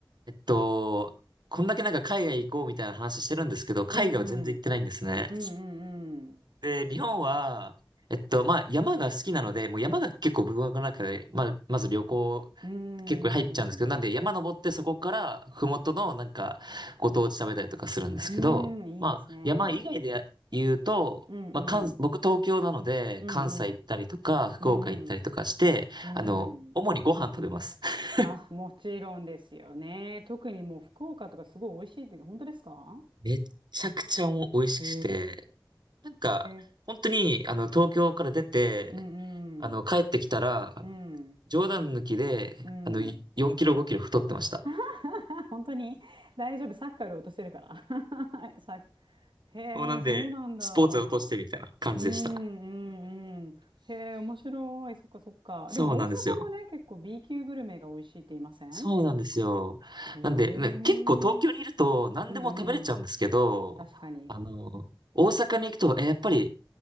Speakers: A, on the right; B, on the right.
A: えっと、こんだけなんか海外行こうみたいな話してるんですけど、海外は全然行ってないんですね。
B: うんうん。うんうん
A: で、日本は、えっと、まあ、山が好きなので、もう山が結構僕の中で、まあ、まず旅行、
B: うん。
A: 結構入っちゃうんですけど、
B: うーん。
A: なんで山登ってそこから、ふもとのなんか、ご当地食べたりとかするんですけど、
B: うーん、いいですね。
A: まあ、山以外で言うと、
B: うんうん。
A: まあ、関、僕東京なので、
B: うんうん。
A: 関西行ったりとか、福岡行ったりとかして、
B: うん。うん。
A: あの、主にご飯食べます。<laughs>
B: あ、もちろんですよね。特にもう福岡とかすごい美味しいっていうか、本当ですか
A: めっちゃくちゃお美味しくて、
B: へ
A: なんか、
B: え。
A: 本当に、あの、東京から出て、
B: うんうん。
A: あの、帰ってきたら、
B: うん。
A: 冗談抜きで、
B: うん。
A: あの、い4キロ5キロ太ってました。
B: <laughs> 本当に大丈夫。サッカーより落とせるから。<laughs> さ、へえ、
A: もうなんで、
B: そうなんだ。
A: スポーツを落としてみたいな感じでした。
B: うんうんうん。へえ、面白い。そっかそっか。
A: そうなんですよ。
B: でも大阪もね、結構 B 級グルメが美味しいって言いません
A: そうなんですよ。
B: へえ。
A: なんで、ね、結構東京にいると何でも食べれちゃうんですけど、
B: うんうん。確かに。
A: あの、大阪に行くと、え、やっぱり